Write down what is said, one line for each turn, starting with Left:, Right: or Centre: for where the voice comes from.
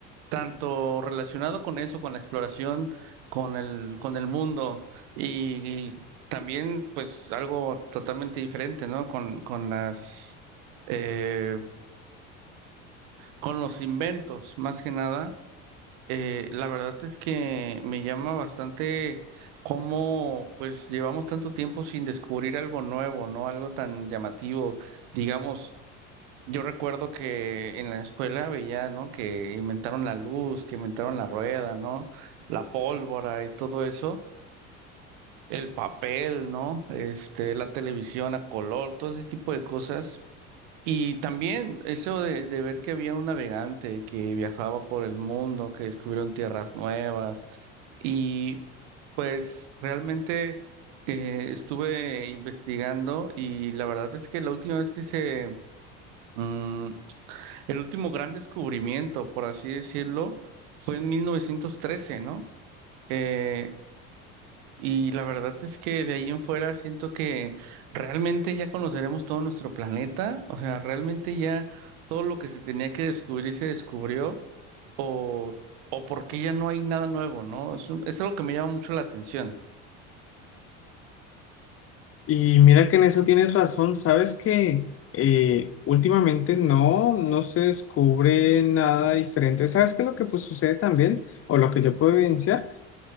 Right: tanto relacionado con eso, con la exploración, con el, con el mundo y, y también pues algo totalmente diferente, ¿no? Con, con las, eh, con los inventos, más que nada. Eh, la verdad es que me llama bastante cómo pues llevamos tanto tiempo sin descubrir algo nuevo, ¿no? Algo tan llamativo, digamos. Yo recuerdo que en la escuela veía, ¿no? Que inventaron la luz, que inventaron la rueda, ¿no? La pólvora y todo eso, el papel, ¿no? Este, la televisión a color, todo ese tipo de cosas. Y también eso de, de ver que había un navegante que viajaba por el mundo, que descubrieron tierras nuevas. Y pues realmente eh, estuve investigando y la verdad es que la última vez que se... mm, el último gran descubrimiento, por así decirlo, fue en 1913, ¿no? Eh, y la verdad es que de ahí en fuera siento que realmente ya conoceremos todo nuestro planeta, o sea, realmente ya todo lo que se tenía que descubrir se descubrió, o porque ya no hay nada nuevo, ¿no? Es, un- es algo que me llama mucho la atención.
Left: Y mira que en eso tienes razón, sabes que eh, últimamente no, no se descubre nada diferente. ¿Sabes qué es lo que pues, sucede también? O lo que yo puedo evidenciar,